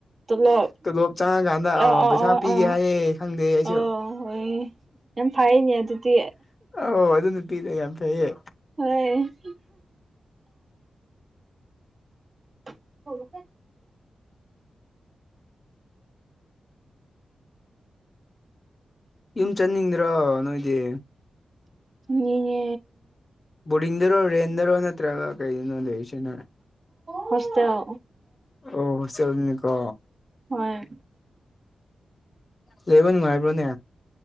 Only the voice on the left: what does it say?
ꯇꯣꯂꯣꯞ ꯆꯪꯉꯀꯥꯟꯗ
ꯄꯩꯁꯥ
ꯄꯤꯒꯦ
ꯍꯥꯏꯌꯦ ꯈꯪꯗꯦ ꯑꯩꯁꯨ
ꯑꯧ ꯑꯗꯨ ꯅꯨꯄꯤꯗꯣ ꯌꯥꯝ ꯐꯩꯌꯦ
ꯌꯨꯝ ꯆꯅꯤꯡꯗ꯭ꯔꯣ ꯅꯣꯏꯗꯤ
ꯕꯣꯔꯗꯤꯡꯗꯔꯣ ꯔꯦꯟꯗꯔꯣ ꯅꯠꯇ꯭ꯔꯒ ꯀꯩꯔꯤꯗꯅꯣ ꯂꯩꯔꯤꯁꯦ ꯅꯣꯏ
ꯑꯣ ꯍꯣꯁꯇꯦꯜꯅꯦꯀꯣ
ꯂꯩꯕ ꯅꯨꯉꯥꯏꯕ꯭ꯔꯣꯅꯦ